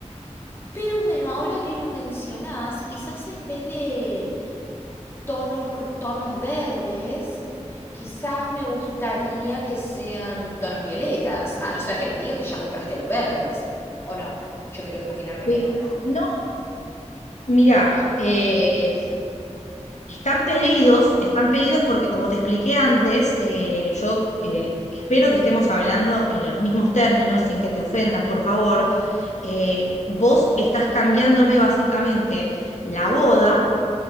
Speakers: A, on the left; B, on the left.
A: pero bueno, ahora que lo mencionás, quizás en vez de tonos, tonos verdes, quizás me gustaría que sean tonos violetas, a no ser que me digas que ya compraste los verdes, ¿o no? Yo quiero imaginarme
B: Sí.
A: que no, ¿no?
B: No, mirá, eh, Están pedidos, están pedidos porque como te expliqué antes, eh, yo eh, espero que estemos hablando en los mismos términos, sin que te ofendas, por favor. Eh, vos estás cambiándome básicamente la boda